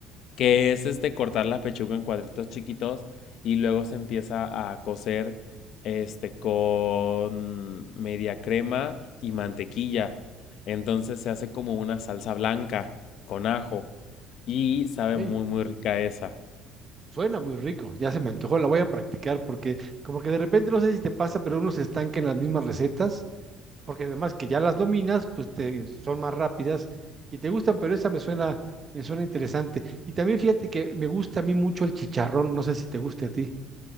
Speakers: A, on the left (about 50°); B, on the right (about 20°).
A: que es este cortar la pechuga en cuadritos chiquitos y luego se empieza a cocer este con media crema y mantequilla. Entonces se hace como una salsa blanca con ajo y sabe
B: ok.
A: muy muy rica esa.
B: Suena muy rico, ya se me antojó, la voy a practicar porque como que de repente no sé si te pasa, pero uno se estanca en las mismas recetas porque además que ya las dominas, pues te, son más rápidas y te gustan, pero esa me suena, me suena interesante. Y también fíjate que me gusta a mí mucho el chicharrón, no sé si te guste a ti.